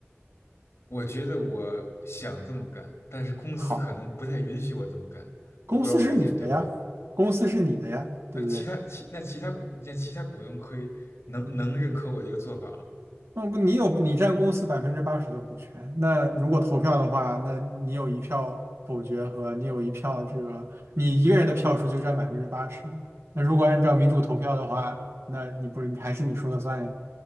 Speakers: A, on the left (about 85°); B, on the right (about 75°).
A: 我觉得我想这么干，但是公司可能不太允许我这么干。
B: 好，
A: 我不知道我理解对不对？
B: 公司是你的呀，公司是你的呀，对不对？
A: 那其他其那其他股那其他股东可以能能认可我这个做法吗？
B: 那不你有你占公司百分之八十的股权，那如果投票的话，那你有一票否决和你有一票这个，你一个人的票数就占百分之八十。那如果按照民主投票的话，那你不是还是你说了算